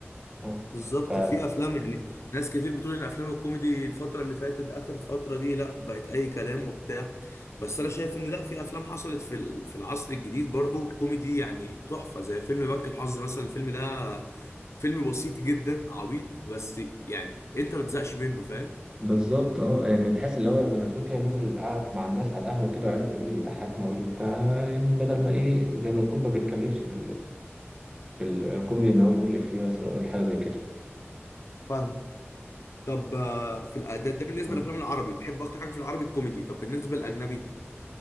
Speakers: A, on the right (about 15°); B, on the left (about 90°).
A: اه
B: بالظبط
A: ف
B: في افلام يعني ناس كتير بتقول ان افلام الكوميدي الفتره اللي فاتت اخر فتره دي لا بقت اي كلام وبتاع بس انا شايف ان لا في افلام حصلت في ال- في العصر الجديد برضو كوميدي يعني تحفه زي فيلم بنك الحظ مثلا الفيلم ده فيلم بسيط جدا عبيط بس يعني انت ما تزهقش منه فاهم
A: بالظبط اه يعني تحس اللي هو زي ما تقول كده نزل قعد مع الناس على القهوه كده وعرف ايه اللي بيضحكنا وايه اللي بتاع يعني بدل ما ايه زي ما تقول ما بيتكلفش في في الكوميدي ان هو يقول لي فيه مثلا أو يقول حاجه زي كده
B: فاهم طب آه، في الأ- ده, ده بالنسبه
A: ف...
B: للافلام العربي بتحب اكتر حاجه في العربي الكوميدي طب بالنسبه للاجنبي